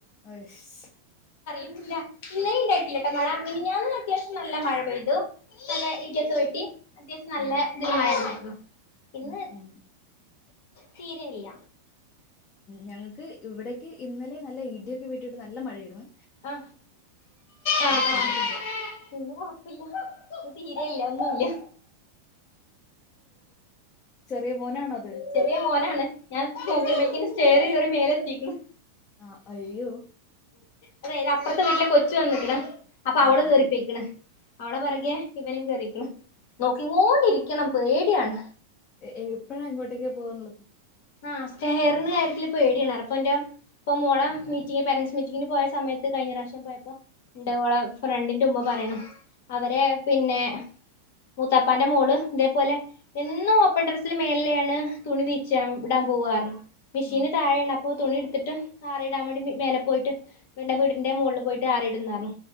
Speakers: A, on the left; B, on the left.
A: അഹ്ശ്
B: ഇല്ല ഇന്നലീ ണ്ടായിട്ടില്ലട്ടോ മഴ മിനിഞാന്ന് അത്യാവശ്യം നല്ല മഴ പെയ്തു നല്ല ഇഡ്യോക്കെ വെട്ടി അത്യാവശ്യം നല്ല
A: ആ
B: ഇതിലെമഴണ്ടാർന്നു. ഇന്ന്
A: ഉം ഉം
B: തീരെല്ല
A: ഞങ്ങക്ക് ഇവിടെ ഇന്നലെ നല്ല ഇട്യോക്കെ വെട്ടിയിട്ട് നല്ല മഴയായിരുന്ന്
B: അ അ അ
A: കണ്ടിട്ടില്ല
B: പിന്നെ കൊഴപ്പില്ല തീരെല്ല ഒന്നുംല്ല
A: ചെറിയമോനാണോ
B: ചെറ്യേ മോനാണ് ഞാൻ നോക്കുമ്പോക്കിന് ചേയറി കേറി മേലെത്തീക്ക്ണ്.
A: ആഹ് അയ്യോ
B: അതേതാ അപ്പർത്തെ വീട്ടിലെ കൊച്ച് വന്ന്ക്ക്ണ്. അപ്പൊ അവള്
A: ആ
B: കേറിപ്പെയ്ക്ക്ണ്
A: ആ
B: അവളെ പെറകെ ഇവനും കേറി ക്ക്ണ് നോക്കിങ്ങോണ്ടിരിക്കണം പേഡ്യാണ്
A: എ ഏ പ്പഴാ ഇങ്ങോട്ടേക്കാ പോവ്ന്ന്ള്ളത്
B: ആഹ് സ്റ്റേറിന്ന് ആര്യത്തില് പേടിയാണ്. ആടെപ്പന്റെ ഇപ്പൊ മോളെ മീറ്റിങ്ങ് പേരൻറ്സ് മീറ്റിംഗിന് പോയെ സമയത്ത് കഴിഞ്ഞറാവശ്യം പോയപ്പോ ണ്ട് ഓളെ ഫ്രണ്ടിന്റെ മ്മ പറയണ് അവരെ പിന്നെ മൂത്താപ്പാന്റെ മോള് തേപോലെ എന്നും ഓപ്പൺ ടറസ്സിൽ മേളിലാണ് തുണി വീച്ചി അ ടാൻ പോവാർ മിഷീന്
A: ആ
B: താഴേണപ് ഓ തുണി ട്ത്തിട്ട് ആറിയിടാൻ വേണ്ടി മ് മേലെ പോയിട്ട് പിന്നെ വീടിന്റെ മോള് പോയിട്ട് ആറിടുന്നർഞ്